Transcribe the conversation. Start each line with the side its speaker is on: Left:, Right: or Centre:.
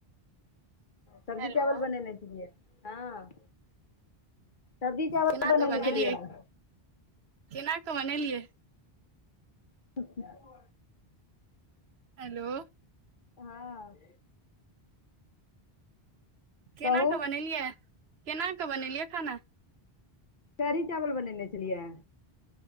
Left: सब्जी
Right: हेलो
Left: चावल बनेने छलियै हँ सब्जी चावल
Right: केना
Left: बनेने
Right: कऽ बनेलियै
Left: छलिअइ
Right: केना कऽ बनेलियै
Left: <unintelligible>
Right: हलो
Left: हँ
Right: केना
Left: कहू
Right: कऽ बनेलियै केना कऽ बनेलियै खाना
Left: कढ़ी चावल बनेने छलियै